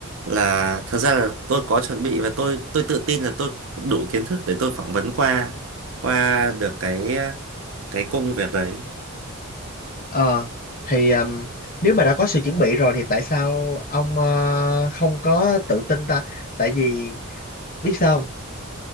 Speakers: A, on the right; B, on the left.
A: là thật ra là tôi có chuẩn bị và tôi tôi tự tin là tôi đủ kiến thức để tôi phỏng vấn qua qua được cái cái công việc đấy.
B: ờ thì um, nếu mà đã có sự chuẩn bị rồi thì tại sao ông ờ, không có tự tin ta tại vì biết sao không?